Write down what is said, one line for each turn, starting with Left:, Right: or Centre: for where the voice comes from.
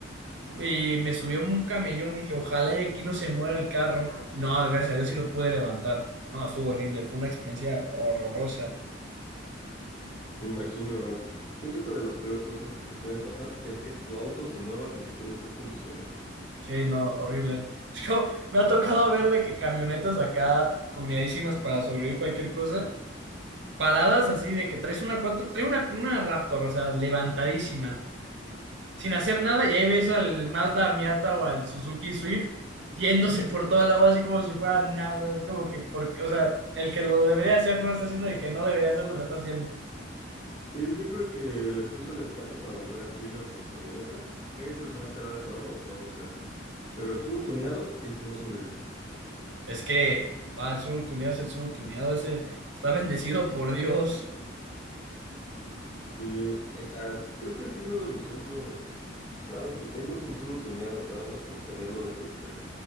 Right: Y me subió un camellón, dije, ojalá y aquí no se muera el carro. Y No, gracias a Dios sí lo pude levantar. No, estuvo horrible, fue una experiencia horrorosa.
Left: Me imagino, siento que de las peores cosas que te pueden pasar es que tu auto se mueva sin que tú lo estés conduciendo.
Right: Sí, no, horrible. <laughs> Es como, me ha tocado ver de que camionetas acá tuneadísimas para sobrevivir cualquier cosa, paradas así de que traes una cuatro, trae una, una Raptor, o sea, levantadísima. sin hacer nada, y ahí ves al Mazda Miata o al Suzuki Swift yéndose por toda el agua así como si fuera nada. Es como que, porque, o sea, el que lo debería hacer no lo está haciendo y el que no debería hacerlo lo está haciendo.
Left: Y siempre el que le puso el escape para volver anfibio a su camioneta, ese se va a quedar atorado o se va a volcar. Pero el surutoneado, ese va a sobrevivir.
Right: Es que, va, el surutuneado es el surutuneado, ese está bendecido por Dios.
Left: Y netas, creo que sí, uno de mis sueños raros que tengo es un surutoneado, nada más por tenerlo de colección.